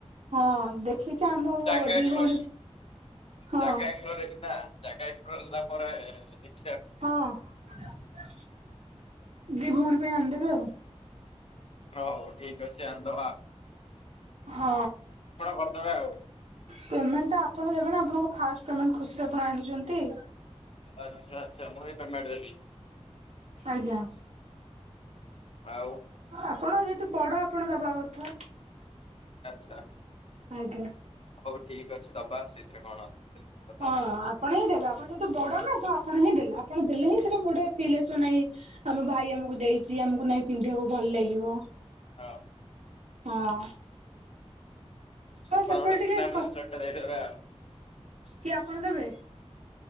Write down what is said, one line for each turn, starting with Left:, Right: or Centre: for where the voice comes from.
Right: ହଁ ଦେଖିକି ଆମ ବ-ଦି
Left: ଜାଗା ଏକ୍ସପ୍ଲୋର
Right: ଭଉଣୀ ହଁ
Left: ଜାଗା ଏକ୍ସ ମୁଁ ଦେଖିନା ଜାଗା ଏକ୍ସ ହଉ ତାପରେ ଦେ
Right: ହଁ ଦି ଭଉଣୀ ପାଇଁ ଆଣିଦେବେ ଆଉ।
Left: ହଉ ଠିକ ଅଛି ଆଣଦବା।
Right: ହଁ
Left: କରିଦେବେ ଆଉ।
Right: ପେମେଣ୍ଟ ଟା ଆପଣ ଦେବେ ନା ଆପଣଙ୍କ ଫାଷ୍ଟ ପେମେଣ୍ଟ ଖୁସିରେ ଆପଣ ଆଣିଚନ୍ ତି
Left: ଆଚ୍ଛା ଆଚ୍ଛା ମୁଁ ହିଁ ପେମେଣ୍ଟ ଦେଇକି
Right: ଆଜ୍ଞା।
Left: ଆଉ
Right: ଆପଣ ଯେହେତୁ ବଡ ଆପଣ ଦବା କଥା।
Left: ଆଚ୍ଛା।
Right: ଆଜ୍ଞା।
Left: ହଉ ଠିକ୍ ଅଛି ଦବା ସେଇଥିରେ କଣ? ସେଥିରେ କିଛି କଥା
Right: ହଁ
Left: ନାହିଁ
Right: ଆପଣ ହିଁ ଦେବେ, ଆପଣ ଯେହେତୁ ବଡ ନା ତ ଆପ୍ ଆପଣ ହିଁ ଦେଲେ, ଆପଣ ଦେଲେ ହିଁ ସେଟା ମୁଟେ ଫିଲ୍ ଆସିବ ନାଇଁ ଆମ ଭାଇ ଆମକୁ ଦେଇଚି, ଆମକୁ ନାଇଁ ପିନ୍ଧିବାକୁ ଭଲ ଲାଗିବ।
Left: ହଁ।
Right: ହଁ। ହଁ ସେପଟେ
Left: ଗୋଟେ
Right: ଟିକେ
Left: ସୁନା
Right: ସସ,
Left: ବ୍ରେସଲେଟ ଟେ ଦେଇଦେବେ ଆଉ।
Right: କିଏ ଆପଣ ଦେବେ?